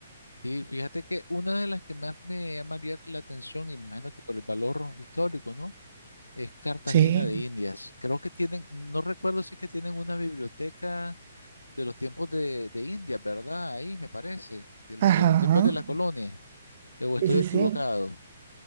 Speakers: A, on the left; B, on the right.
A: Sí, fíjate que una de las que más me llamaría la atención, y me imagino que por el valor histórico, ¿no? Es Cartagena
B: Sí.
A: de Indias. Creo que tienen, no recuerdo si es que tienen una biblioteca de los tiempos de, de India, ¿verdad? Ahí me parece, del-
B: Ajá.
A: de, los tiempos de la colonia. ¿O estoy
B: Sí, sí,
A: equivocado?
B: sí.